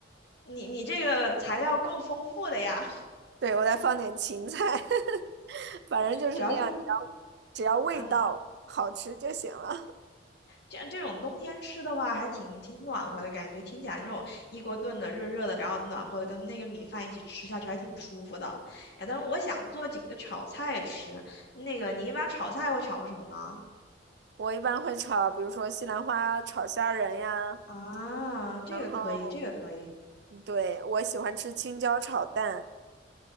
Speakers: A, on the left; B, on the right.
A: 你你这个材料够丰富的呀，
B: <laughs> 对，我再放点芹菜，<laughs> 反正就是那样，
A: 主要是
B: 只要只要味道好吃就行了。
A: 嗯，
B: <laughs>
A: 这这种冬天吃的话，还挺挺暖和的感觉。听起来那种一锅炖的热热的，然后暖和的，跟那个米饭一起吃下去，还挺舒服的。哎，但是我想做几个炒菜吃。那个你一般炒菜会炒什么呢？
B: 嗯，我一般会炒，比如说西兰花炒虾仁呀，
A: 啊，这个可以，
B: 然后
A: 这个可以。
B: 嗯对，我喜欢吃青椒炒蛋，